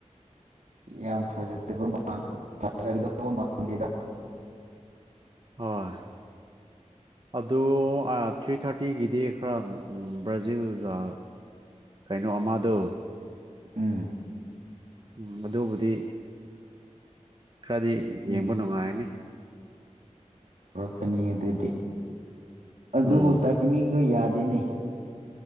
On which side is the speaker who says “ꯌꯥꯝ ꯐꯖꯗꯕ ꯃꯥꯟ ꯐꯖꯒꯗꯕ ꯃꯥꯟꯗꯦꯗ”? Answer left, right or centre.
Right